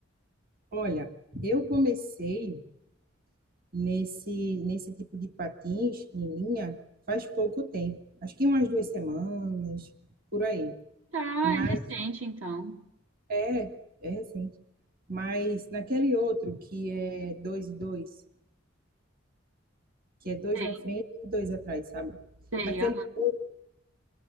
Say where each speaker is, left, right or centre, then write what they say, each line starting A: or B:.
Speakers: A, on the right; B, on the right.
A: Olha, eu comecei nesse, nesse tipo de patins em linha faz pouco tempo. Acho que umas duas semanas, por aí.
B: Tá,
A: Mas
B: é recente então.
A: é, é recente. Mas naquele outro que é dois e dois, que é dois
B: Sei,
A: na frente e dois atrás, sabe?
B: sei.
A: Naquele
B: aham.
A: outro,